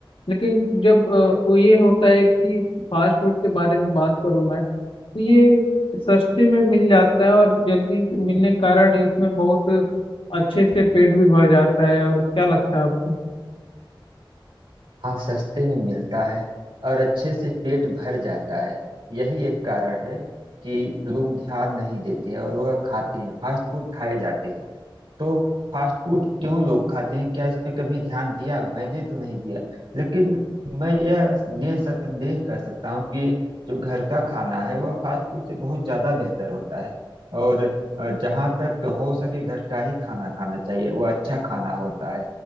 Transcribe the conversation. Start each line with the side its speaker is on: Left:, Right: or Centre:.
Left: लेकिन जब अ, वो ये होता है कि फास्ट फूड के बारे में बात करूँ मैं तो ये सस्ते में मिल जाता है और जल्दी मिलने के कारण इसमें बहुत अच्छे से पेट भी भर जाता है और क्या लगता है आपको
Right: हाँ सस्ते में मिलता है और अच्छे से पेट भर जाता है यही एक कारण है कि लोग ध्यान नहीं देते हैं और वह खाते हैं फास्ट फूड खाए जाते हैं तो फास्ट फूड क्यों लोग खाते हैं क्या इस पे कभी ध्यान दिया मैंने तो नहीं दिया लेकिन मैं यह निसंदेह कर सकता हूँ कि जो घर का खाना है वह फास्ट फूड से बहुत ज्यादा बेहतर होता है और अ, जहाँ तक हो सके घर का ही खाना खाना चाहिए वह अच्छा खाना होता है